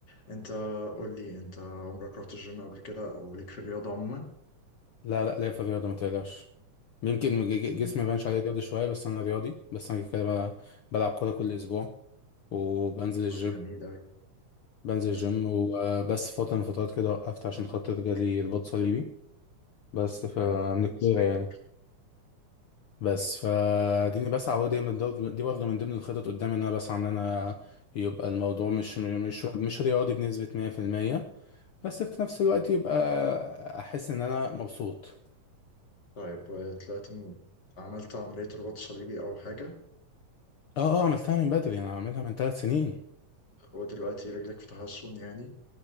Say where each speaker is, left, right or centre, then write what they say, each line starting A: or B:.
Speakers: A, on the left (about 35°); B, on the left (about 70°).
A: أنت قول لي أنت عمرك رحت الجيم قبل كده أو ليك في الرياضة عموما؟
B: لا لا ليا في الرياضة ما تقلقش يمكن ج- ج-
A: مم.
B: جسمي ما يبانش عليه رياضي شوية بس انا رياضي بس انا كده بقى بلعب كورة كل اسبوع وبنزل الجيم
A: جميل أوي
B: بنزل
A: مم.
B: جيم وبس فترة من فترات كده وقفت عشان خاطر جالي رباط صليبي بس ف
A: يا،
B: من الكورة
A: بسم الله
B: يعني
A: عليك
B: بس فاديني بسعى اهو دايما دو- دي برضه من ضمن الخطط قدامي ان انا بسعى ان انا يبقى الموضوع مش مش مش رياضي بنسبة 100% بس في نفس الوقت يبقى احس ان انا مبسوط
A: طيب طلعت من- عملت عملية رباط صليبي أو حاجة
B: اه اه عملتها من بدري انا عاملها من ثلاث سنين
A: ودلوقتي رجلك في تحسن يعني